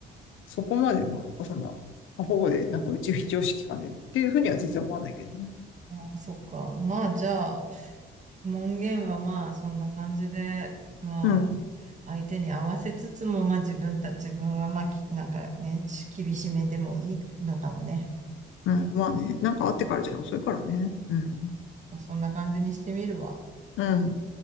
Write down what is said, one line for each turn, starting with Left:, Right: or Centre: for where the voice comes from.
Left: そこまで、まあ、そんな、過保護で、なんかうち非常識かねっていうふうには全然思わないけどね。
Right: あ、そっか。まあ、じゃあ、門限はまあ、そんな感じで、まあ、
Left: うん。
Right: 相手に合わせつつも、まあ、自分た、自分はまあ、きなんかね、ち厳しめでもいいのかもね。
Left: うん。まあね。なんかあってからじゃ遅いからね。
Right: なん
Left: うん。
Right: かそんな感じにしてみるわ。
Left: うん。